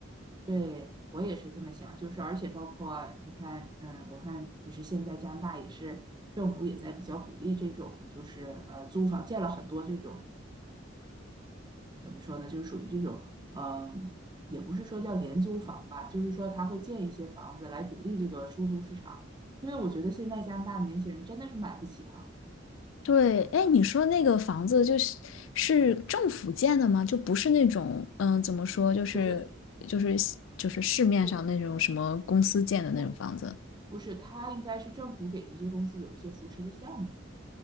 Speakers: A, on the right; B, on the left.
A: 对，我也是这么想，就是而且包括你看，嗯，我看就是现在加拿大也是政府也在比较鼓励这种，就是呃租房建了很多这种怎么说呢，就是属于这种，嗯，也不是说叫廉租房吧，就是说他会建一些房子来鼓励这个出租市场，因为我觉得现在加拿大年轻人真的是买不起房，
B: 对，哎，你说那个房子就是是政府建的吗？就不是那种嗯，怎么说，就是就是就是市面上那种什么公司建的那种房子？
A: 不是不不不是，他应该是政府给这些公司有一些扶持的项目。